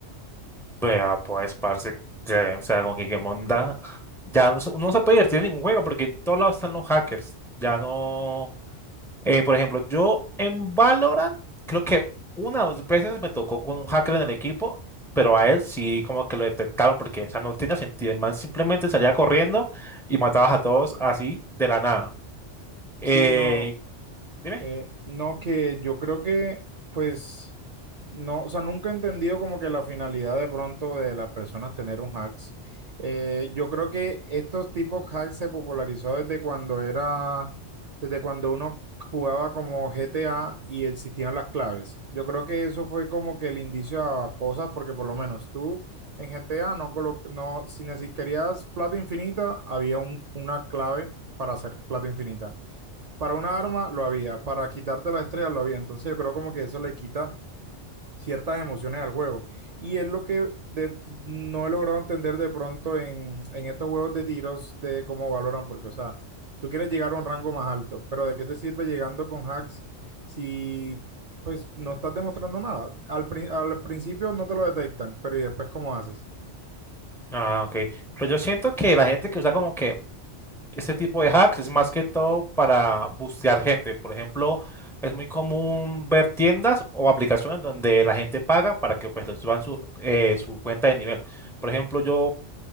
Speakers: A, in the centre; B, on the right.
A: Vea, pues, parce, que, o sea, como que qué monda. Ya no, se- uno no se puede divertir en ningún juego porque en todos lados están los hackers. Ya no. eh, por ejemplo, yo en Valorant, creo que una o dos veces me tocó con un hacker en el equipo, pero a él sí como que lo detectaron porque, o sea, no tenía sentido. El man simplemente salía corriendo y matabas a todos así de la nada.
B: Sí,
A: Eh,
B: no,
A: dime.
B: Eh, no, que yo creo que, pues, no, o sea, nunca he entendido como que la finalidad de pronto de las personas tener un hacks. Eh, yo creo que estos tipos hacks se popularizó desde cuando era, desde cuando uno jugaba como GTA y existían las claves. Yo creo que eso fue como que el indicio a cosas, porque por lo menos tú en GTA no, colo- no, si neces- querías plata infinita, había un- una clave para hacer plata infinita para una arma lo había, para quitarte las estrellas lo había. Entonces yo creo como que eso le quita ciertas emociones al juego. Y es lo que de- no he logrado entender de pronto en, en estos juegos de tiros de cómo valoran, porque, o sea, tú quieres llegar a un rango más alto, pero ¿de qué te sirve llegando con hacks si pues no estás demostrando nada? Al, pri- al principio no te lo detectan, pero ¿y después cómo haces?
A: Ah, ok. Pero yo siento que la gente que usa como que Este tipo de hacks es más que todo para bustear gente. Por ejemplo, es muy común ver tiendas o aplicaciones donde la gente paga para que pues les suban su, eh, su cuenta de nivel. Por ejemplo, yo